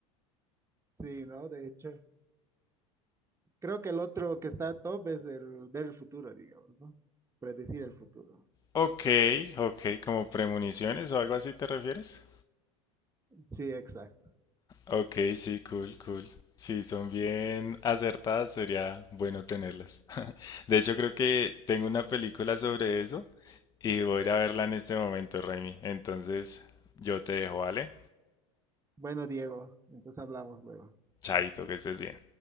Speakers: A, on the right (about 15°); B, on the left (about 20°).
A: Sí, ¿no? De hecho, creo que el otro que está top es el ver el futuro, digamos, ¿no? Predecir el futuro.
B: Ok, ok, como premoniciones o algo así te refieres.
A: Sí, exacto.
B: Ok, sí, cool, cool. Si son bien acertadas, sería bueno tenerlas. <laughs> De hecho, creo que tengo una película sobre eso y voy a ir a verla en este momento, Remy. Entonces, yo te dejo, ¿vale?
A: Bueno, Diego, entonces hablamos luego.
B: Chaito, que estés bien.